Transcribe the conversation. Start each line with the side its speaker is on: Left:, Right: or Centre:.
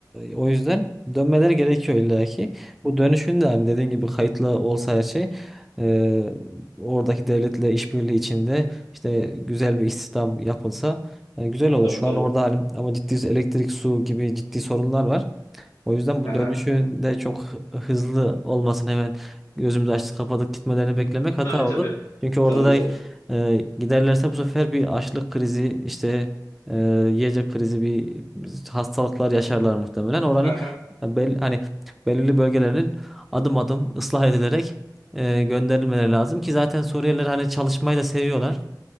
Centre: o yüzden dönmeleri gerekiyor illa ki. Bu dönüşün de hani dediğin gibi kayıtlı olsa her şey e, oradaki devletle işbirliği içinde işte güzel bir istihdam yapılsa e, güzel olur.
Left: tabii
Centre: Şu
Left: tabii.
Centre: an orada hani ama ciddi elektrik, su gibi ciddi sorunlar var. O yüzden
Left: Aha.
Centre: bu dönüşün de çok hızlı olmasın hemen gözümüzü açtık kapadık gitmelerini beklemek hata
Left: Tabii tabii.
Centre: olur. Çünkü orada
Left: Tabii
Centre: da
Left: tabii.
Centre: e, giderlerse bu sefer bir açlık krizi işte e, yiyecek krizi bir hastalıklar yaşarlar muhtemelen. Oranın
Left: Aha.
Centre: bel, hani belirli bölgelerinin adım adım ıslah edilerek e, gönderilmeleri lazım ki zaten Suriyeliler hani çalışmayı da seviyorlar.